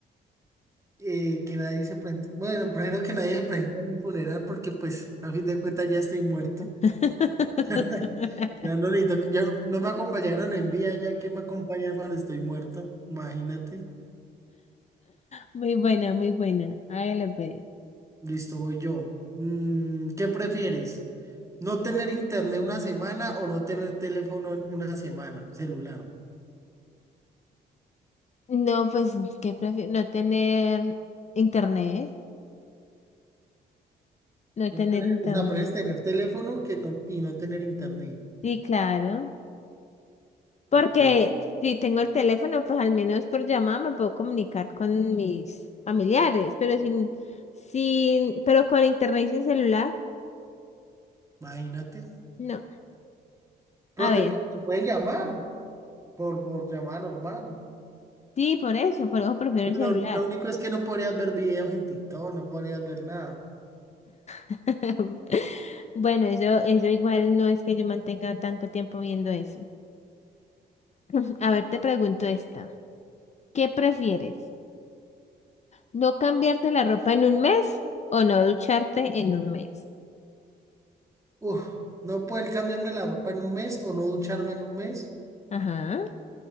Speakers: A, on the right; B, on the left.
A: eh, que nadie se presente. Bueno, primero que nadie se presente a mi funeral porque pues a fin de cuentas ya estoy muerto.
B: <laughs>
A: <laughs> Ya no necesito, que- ya no me acompañaron en vida, ya que me acompañan cuando estoy muerto. Imagínate.
B: Muy buena, muy buena. hágala pues.
A: Listo, voy yo. Mm, ¿qué prefieres? ¿No tener internet una semana o no tener teléfono en una semana, celular?
B: No, pues, ¿qué prefiero? No tener internet. No
A: No
B: tener
A: pre-
B: internet.
A: O sea, prefieres tener teléfono que no, y no tener internet.
B: Sí, claro. Porque
A: Ok,
B: si tengo el teléfono, pues al menos por llamada me puedo comunicar con mis familiares, pero sin, sin, pero con internet y sin celular,
A: imagínate.
B: no.
A: Pero
B: A ver,
A: te, pu- te pueden llamar por, por llamada normal.
B: sí, por eso, por eso prefiero
A: Lo,
B: el celular.
A: lo único es que no podrías ver videos en TikTok, no podrías ver nada.
B: <laughs> Bueno, eso, eso igual no es que yo mantenga tanto tiempo viendo eso. <laughs> A ver, te pregunto esta. ¿Qué prefieres? ¿No cambiarte la ropa en un mes o no ducharte en un mes?
A: Uf, no poder cambiarme la ropa en un mes o no ducharme en un mes.
B: Ajá.